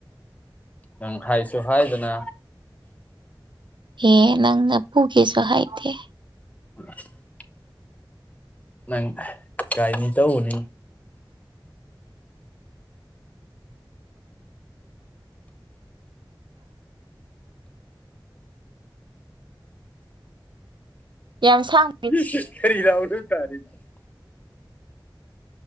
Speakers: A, on the left; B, on the right.
A: ꯅꯪ ꯍꯥꯏꯁꯨ ꯍꯥꯏꯗꯅ
B: ꯍꯦ ꯅꯪꯅ ꯄꯨꯒꯦꯁꯨ ꯍꯥꯏꯗꯦ
A: <unintelligible> ꯅꯪ ꯏꯀꯥꯏꯅꯤ ꯇꯧꯕꯅꯤ
B: ꯌꯥꯝ ꯁꯥꯡ
A: <unintelligible>